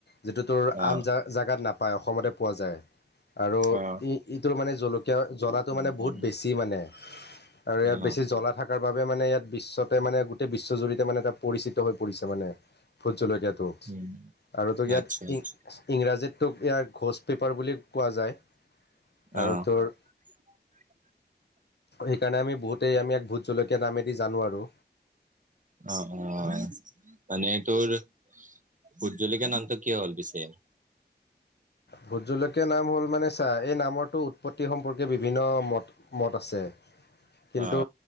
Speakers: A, on the left; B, on the right.
A: যিটো তোৰ
B: অ
A: আন জা জাগাত নাপায় অসমতে পোৱা যায় আৰু
B: অ
A: ই ই তোৰ মানে জলকীয়া জ্বলাটো
B: উম
A: মানে বহুত
B: উম
A: বেছি মানে আৰু ইয়াত
B: অ
A: বেছি জ্বলা থাক তাৰ বাবে মানে ইয়াত বিশ্বতে মানে গোটেই বিশ্বজুৰিতে মানে এটা পৰিচিত হৈ পৰিছে মানে ভোট জলকীয়াত ত
B: উম
A: আৰু তো ইয়াত
B: আচ্ছা আচ্ছা
A: ই ইংৰাজীত তোক ইয়াৰ ঘোঁচ পেপাৰ বুলি কোৱা যায়
B: অ
A: আৰু তোৰ
B: <unintelligible>
A: এইকাৰণে আমি বহুতেই আমি ইয়াক ভোট জলকীয়া নামেদি জানো আৰু
B: অ অ মানে তোৰ ভোট জলকীয়া নামটো কিয় হ'ল পিছে
A: ভোট জলকীয়া নাম হ'ল মানে চা এই নামৰটো উৎপত্তি সম্পৰ্কে বিভিন্ন মত মত আছে কিন্তু
B: অ